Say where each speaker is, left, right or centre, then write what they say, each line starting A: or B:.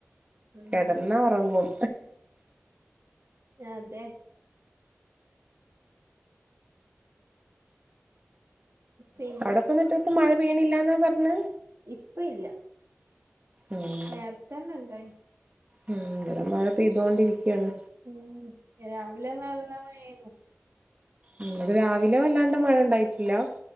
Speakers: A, on the right; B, on the right.
A: ഉം
B: കിടന്നാ ഉറങ്ങും.
A: അതെ. പിന്നെ
B: അവിടെപ്പന്നിട്ട് ഇപ്പ മഴ പെയണില്ലന്നാ പറഞ്ഞെ.
A: ഇപ്പ ഇല്ല
B: ഉം
A: നേരത്തന്നെ ഇണ്ടായി.
B: ഉം ഇവിടെ മഴ പെയ്തോണ്ടിരിക്കാണ്
A: ഉം രാവിലെ നല്ല മഴയായിരുന്നു
B: ഉം രാവിലെ വല്ലാണ്ട് മഴ ഇണ്ടായിട്ടില്ല